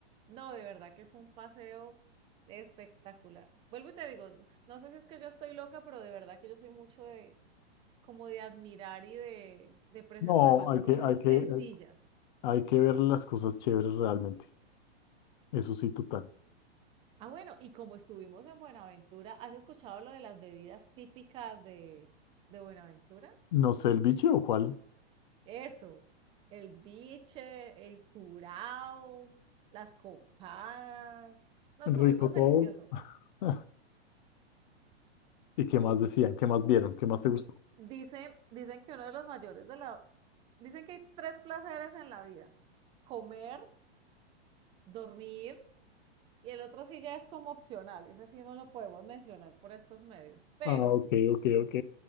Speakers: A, on the right (about 15°); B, on the left (about 45°).
A: No, de verdad que fue un paseo espectacular. Vuelvo y te digo, no sé si es que yo estoy loca, pero de verdad que yo soy mucho de como de admirar y de, de preservar
B: no,
A: las
B: hay
A: cosas
B: que, hay que,
A: sencillas.
B: hay que ver las cosas chéveres realmente, eso sí, total.
A: Ah, bueno, y como estuvimos en Buenaventura, ¿has escuchado lo de las bebidas típicas de, de Buenaventura?
B: No sé, el biche o cuál,
A: Eso, el biche, el curao, las copadas. No, comimos
B: rico todo.
A: delicioso.
B: <laughs> ¿Y qué más decían? ¿Qué más vieron? ¿Qué más te
A: Di-
B: gustó?
A: dicen, dicen que uno de los mayores de la... Dicen que hay tres placeres en la vida. Comer, dormir Y el otro sí ya es como opcional, ese sí no lo podemos mencionar por estos medios, pero
B: Ah, ok, ok, ok.